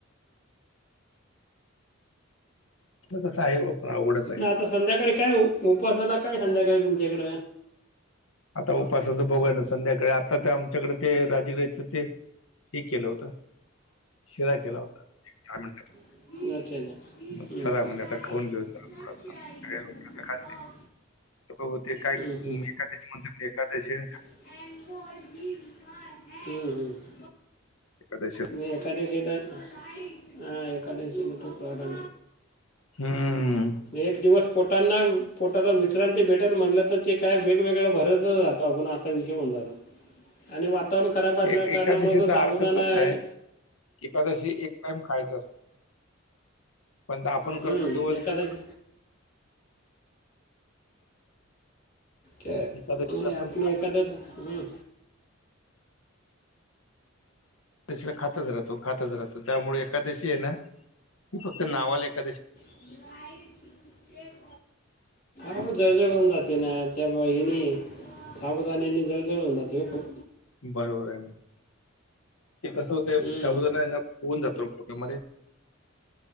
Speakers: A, on the left (about 75°); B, on the left (about 45°).
A: कस आहे ओ पण आवडच आहे.
B: ना आता संध्याकाळी काय उपसाला काय संध्याकाळी तुमच्याकड
A: आता उपासाचं बघूया संध्याकाळी आता ते आमच्याकडे ते राजगीऱ्याचं ते हे केलं होतं. शिरा केला होता काय म्हणत्यात त्याला
B: अच्छा अच्छा हम्म,
A: मग चला
B: हम्म.
A: म्हणे आता खाऊन घेऊ थोड थोडंस सगळ्यां लोकान तर खाते होते काय एकादशी
B: हम्म, हम्म,
A: म्हण एकादशी न
B: हम्म. हम्म.
A: एकादशीला
B: मी एकादशीला ह एकादशीला फराळ
A: हम्मम.
B: एक दिवस पोटांना वि पोटाला विश्रांती भेटल म्हटलं तर ते काय वेगवेगळं भरत जातं आपण असा विषय होऊन जायला. आणि वातावरण खराब असल्या
A: एक एकादशीचा
B: कारणामुळे तो साबुदाणा
A: अर्थच असा
B: आहे
A: एकादशी एक टाइम खायच असत पण आपण
B: हम्म,
A: करतो दिवसभर
B: एकादशी ते
A: एकादशीला
B: नाही आपली
A: पण खा-
B: एकादस हमं
A: त खातच राहतो खातच राहतो त्यामुळे एकादशी आहे ना की फक्त नावाला एकादशी.
B: <unintelligible> हो जळजळ होऊन जाते ना त्या बा हिनी साबुदाण्याने जळजळ होऊन जाते हो खूप.
A: बरोबर आहे. ते कसं होतय
B: हम्म.
A: साबुदाणा फुगून जातो पोटामध्ये.